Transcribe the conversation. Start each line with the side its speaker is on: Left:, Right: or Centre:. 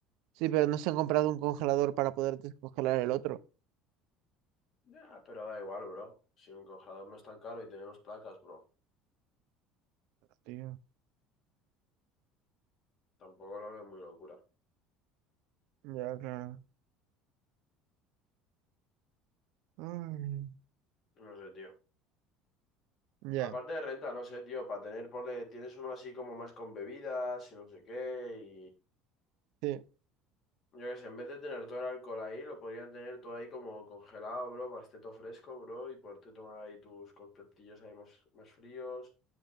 Right: Sí, pero no se han comprado un congelador para poder descongelar el otro.
Left: Ya, pero da igual, bro. Si un congelador no es tan caro y tenemos placas, bro.
Right: Tío.
Left: Tampoco lo veo muy locura.
Right: Ya, claro. Ay.
Left: No sé, tío.
Right: Ya.
Left: Aparte de renta, no sé, tío, para tener, ponle, tienes uno así como más con bebidas y no sé qué, y
Right: Este,
Left: yo qué sé, en vez de tener todo el alcohol ahí, lo podrían tener todo ahí como congelado, bro, para que esté todo fresco, bro, y poderte tomar ahí tus coctelillos ahí más, más fríos